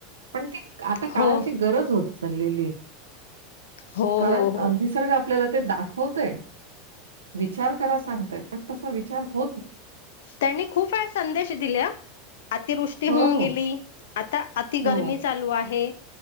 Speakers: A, on the right; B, on the left.
A: पण ती आता काळाची
B: हो
A: गरज होत चाललेली.
B: हो
A: कारण
B: हो हो
A: निसर्ग आपल्याला ते दाखवतंय. विचार करा सांगताय पण तसा विचार होत नाही.
B: त्यांनी खूप वेळा संदेश दिले अतिवृष्टी होऊन
A: हो,
B: गेली
A: हो.
B: आता अति गरमी
A: हो,
B: चालू आहे